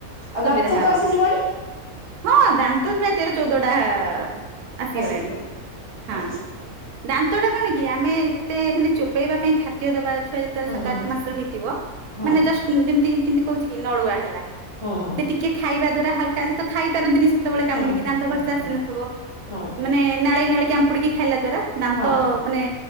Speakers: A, on the left; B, on the right.
A: ଆଉ
B: ସୁବିଧା
A: ଦାନ୍ତ
B: ହବ।
A: ତ ଆସିଯିବଣି
B: ହଁ ଦାନ୍ତ ପ୍ରାୟ ତେର ଚଉଦଟା ଆ ଆସିଗଲାଣି
A: ଆସିଯିବଣି
B: ହଁ।
A: ଆଚ୍ଛା।
B: ଦାନ୍ତ ଟା କଣ କି ଆମେ ଯେତେ ମାନେ ଚୋବେଇବା ପାଇଁ ଖାଦ୍ୟ ଦବା ଛୁଆ ଯେ
A: ହୁଁ
B: ସାତ
A: ହୁଁ।
B: ଆଠ ମାସର ହେଇଥିବ,
A: ହଁ।
B: ମାନେ ଜଷ୍ଟ ଯେମିତି କେମିତି କହୁଛି କି ନଳୁଆ ହେଲା
A: ହୁଁ ହୁଁ
B: ସେ ଟିକେ ଖାଇବା ଦ୍ଵାରା ହାଲ୍କା ସେ ତ ଖାଇ ପାରନ୍ତିନି ସେ ତେବେଳେ କାମୁଡିକି
A: ହୁଁ ହୁଁ
B: ଦାନ୍ତ ଭଲ୍ ସେ
A: ହୁଁ
B: ଆସି ନଥିବ
A: ହୁଁ
B: ମାନେ ନାଳିଇ ନାଳ କାମପୁଡିକି ଖାଇଲା ଦ୍ଵାରା ଦାନ୍ତ
A: ହଁ
B: ମାନେ